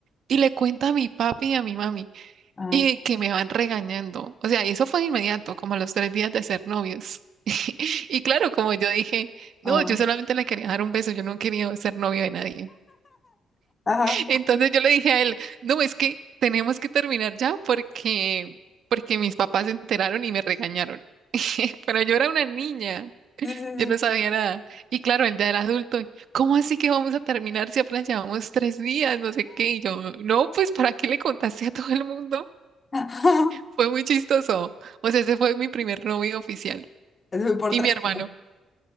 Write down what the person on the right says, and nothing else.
Y le cuenta a mi papi y a mi mami.
Y que me van regañando. O sea, y eso fue de inmediato, como a los tres días de ser novios. <laughs> Y claro, como yo dije, no,
yo solamente le quería dar un beso, yo no quería ser novio de nadie.
Entonces yo le dije a él, no, es que tenemos que terminar ya porque, porque mis papás se enteraron y me regañaron. <laughs> Pero yo era una niña,
yo
no sabía nada. Y claro, él ya era adulto. y, ¿Cómo así que vamos a terminar si apenas llevamos tres días? No sé qué. Y yo, no, pues ¿para qué le contaste a todo el mundo?
Fue muy chistoso. O sea, ese fue mi primer novio oficial.
Y
mi hermano,